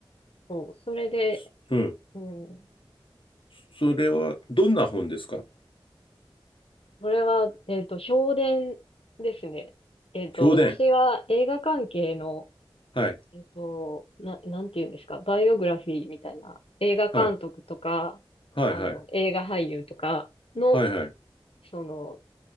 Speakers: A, on the left; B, on the left.
A: そう、それで、
B: すうん。
A: うん、
B: それは、どんな本ですか
A: それは、えっと、評伝ですね。えっと、
B: 評伝。
A: 私は映画関係の
B: はい。
A: えっと、な、なんていうんですか、バイオグラフィーみたいな、映画監督とか、
B: はい。はいはい。
A: あの、映画俳優とかの、
B: はいはい。
A: その、